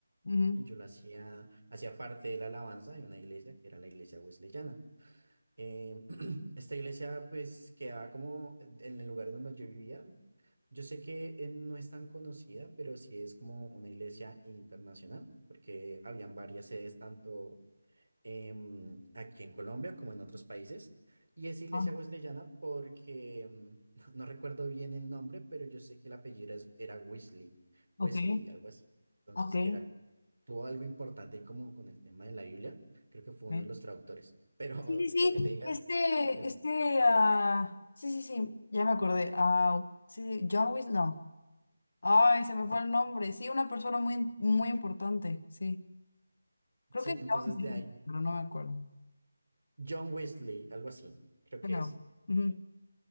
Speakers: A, on the left (about 55°); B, on the right (about 75°).
A: ujú.
B: yo la hacía, hacía parte de la alabanza de una iglesia que era la iglesia wesleyana. Em, <clears throat> esta iglesia pues quedaba como en el lugar donde yo vivía. Yo sé que eh, no es tan conocida, pero sí es como una iglesia internacional, porque habían varias sedes tanto em, aquí en Colombia como en otros países. Y es iglesia
A: Ah,
B: wesleyana porque em, <laughs> no recuerdo bien el nombre, pero yo sé que el apellido es- era Wesley,
A: ok,
B: Wesley, algo así. Entonces,
A: ok.
B: que era, tuvo algo importante y como con el tema de la Biblia, creo que fue
A: Eh,
B: uno de los traductores. <laughs> Pero
A: Sí, sí, sí.
B: lo que te digas,
A: Este,
B: estoy mintiendo.
A: este, ah, sí, sí, sí, ya me acordé. Ah, sí, sí, John Wick, no. Ay, se me fue el nombre. Sí, una persona muy, muy importante, sí. Creo
B: Sí,
A: que
B: entonces
A: John, Wick,
B: de ahí,
A: pero no me acuerdo.
B: John Wesley, algo así, creo
A: Pero,
B: que es.
A: ujú.